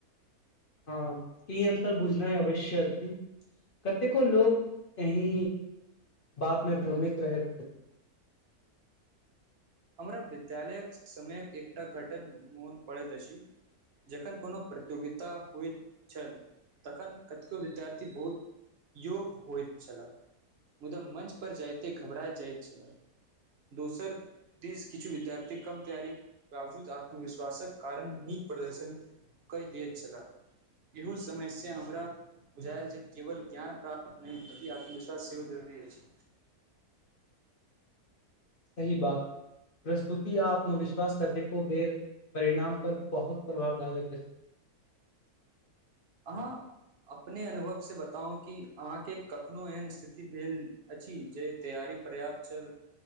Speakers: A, on the left; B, on the right.
A: हँ ई अन्तर बुझनाइ अवश्य अछि कतेको लोक एहि बातमे भ्रमित रहैत छथि
B: हमरा विद्यालयक समयक एकटा घटन मोन पड़ैत अछि जखन कोनो प्रतियोगिता होयत छल तखन कतेको विद्यार्थी बहुत योग्य होयत छलाह मुदा मञ्च पर जाइते घबराय जाइत छलाह दोसर देिश किछु विद्यार्थी कम तैयारीक बावजूद आत्मविश्वासक कारण नीक प्रदर्शन कए दैत छलाह इहू समय से हमरा बुझायल जे केवल ज्ञान प्राप्त नहि ई आत्मविश्वास सेहो जरूरी अछि
A: सही बात प्रस्तुति आ आत्मविश्वास कतेको बेर परिणाम पर बहुत प्रभाव डाबे क
B: अहाँ अपने अनुभव से बताउ कि अहाँके कखनो एहन स्थिति भेल अछि जे तैयारी पर्याप्त छल